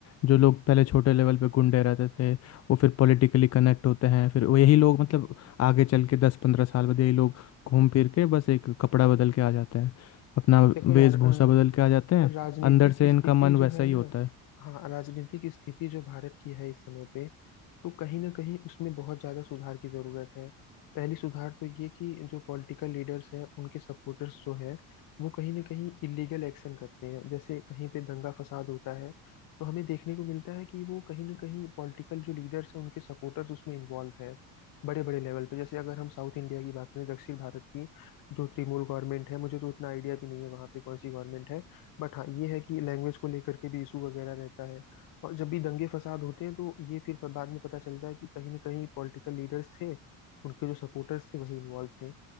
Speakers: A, on the left; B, on the left.
A: जो लोग पहले छोटे लेवल पे गुंडे रहते थे वो फिर पॉलिटिकली कनेक्ट होते हैं फिर वो यही लोग मतलब आगे चल के दस पंद्रह साल बाद यही लोग घूम फिर के बस एक कपड़ा बदल के आ जाते हैं अपना
B: देखो यार
A: वेशभूषा
B: अ,
A: बदल के आ जाते हैं
B: राजनीतिक
A: अंदर से इनका
B: स्थिति
A: मन
B: जो
A: वैसा
B: है
A: ही
B: ना
A: होता है
B: हाँ राजनीतिक स्थिति जो भारत की है इस समय पे तो कहीं ना कहीं उसमें बहुत ज्यादा सुधार की जरूरत है पहली सुधार तो ये कि जो पॉलिटिकल लीडर्स हैं उनके सपोर्टर्स जो है वो कहीं ना कहीं इलीगल एक्शन करते हैं जैसे कहीं पे दंगा फसाद होता है तो हमें देखने को मिलता है कि वो कहीं ना कहीं पॉलिटिकल जो लीडर्स हैं उनके सपोर्टर्स उसमें इन्वॉल्व हैं बड़े बड़े लेवल पे जैसे अगर हम साउथ इंडिया की बात करें दक्षिण भारत की जो तृणमूल गवर्नमेंट है मुझे तो इतना आइडिया भी नहीं है वहाँ पे कौन सी गवर्नमेंट है बट हाँ ये है कि लैंग्वेज को लेकर के भी इशू वगैरह रहता है और जब भी दंगे फसाद होते हैं तो ये फिर बाद में पता चलता है कि कहीं ना कहीं पॉलिटिकल लीडर्स थे उनके जो सपोर्टर्स थे वही इन्वॉल्व थे